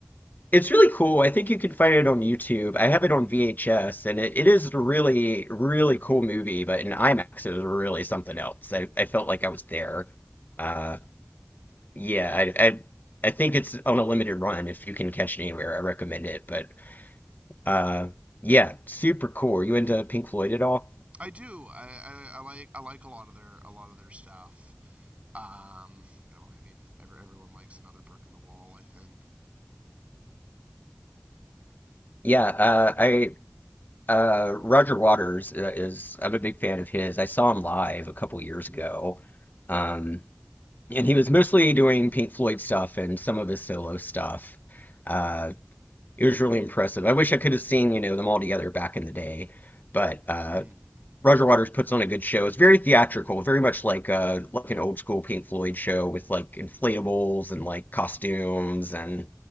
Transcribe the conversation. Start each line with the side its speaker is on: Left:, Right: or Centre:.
Left: It's really cool. I think you can find it on YouTube. I have it on VHS, and it, it is a really, really cool movie, but in IMAX, it was really something else. I, I felt like I was there. Uh, yeah, I, I, I think it's on a limited run. If you can catch it anywhere, I recommend it. But uh, yeah, super cool. You into Pink Floyd at all?
Right: I do. I, I, I like I like a lot of their a lot of their stuff. Um, you know, I mean, every, everyone likes another brick in the wall, I think.
Left: Yeah, uh, I uh, Roger Waters uh, is, I'm a big fan of his. I saw him live a couple years ago. Um, and he was mostly doing Pink Floyd stuff and some of his solo stuff. Uh, it was really impressive. I wish I could have seen, you know, them all together back in the day, but uh,
Right: hmm
Left: Roger Waters puts on a good show. It's very theatrical, very much like uh like an old school Pink Floyd show with like inflatables and like costumes and